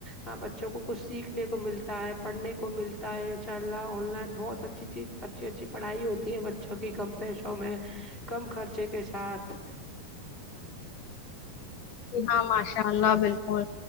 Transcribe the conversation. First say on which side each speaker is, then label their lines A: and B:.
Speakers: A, on the left (about 15°); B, on the left (about 70°).
A: ہاں بچوں کو کچھ سیکھنے کو ملتا ہے پڑھنے کو ملتا ہے انشاء اللہ آن لائن بہت اچھی چیز اچھی اچھی پڑھائی ہوتی ہے بچوں کی کم پیسوں میں کم خرچے کے ساتھ
B: جی ہاں ماشاء اللہ بالکل